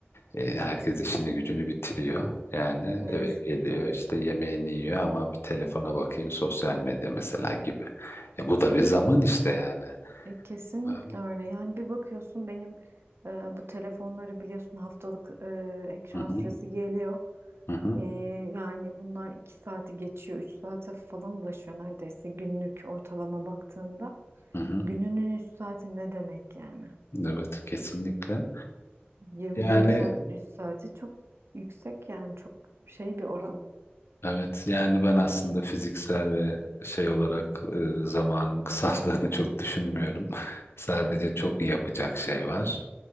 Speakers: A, on the left; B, on the right.
A: E, herkes işini gücünü bitiriyor. Yani
B: ne
A: eve
B: yazık
A: geliyor
B: ki.
A: işte yemeğini yiyor ama bir telefona bakayım sosyal medya mesela gibi. E, bu da bir zaman işte yani.
B: E, kesinlikle
A: Hı
B: öyle. Yani bir bakıyorsun benim e, bu telefonları biliyorsun haftalık e, ekran
A: hı,
B: süresi geliyor.
A: hı hı,
B: E, yani bunlar iki saati geçiyor, üç saate falan ulaşıyor neredeyse günlük ortalama baktığında.
A: hı hı.
B: Gününün üç saati ne demek yani?
A: Evet kesinlikle.
B: 24
A: Yani
B: saatin üç saati çok yüksek yani çok şey bir oran.
A: evet yani ben aslında fiziksel ve şey olarak e, zamanın <laughs> kısaldığını çok düşünmüyorum. <laughs> Sadece çok yapacak şey var.